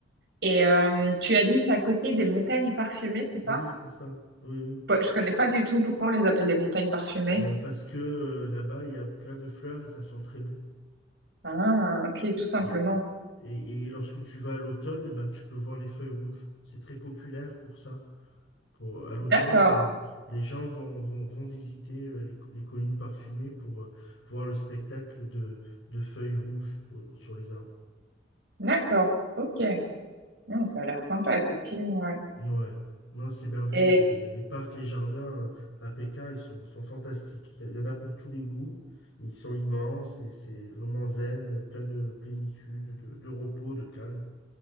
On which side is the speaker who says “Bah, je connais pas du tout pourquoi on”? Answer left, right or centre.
Right